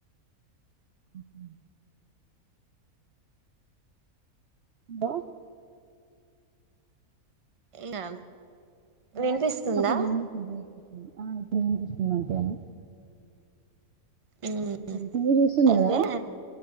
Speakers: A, on the right (about 55°); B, on the right (about 25°).
A: ఉహు దొ
B: ఇంకా
A: వాయిస్
B: వినిపిస్తుందా
A: అప్పుడప్పుడు బ్రేక్ అవుతుంది ఆ ఇప్పుడు విన్పిస్తుంది అంటె
B: మ్మ్.
A: టీవి చూస్తున్నార
B: అయితే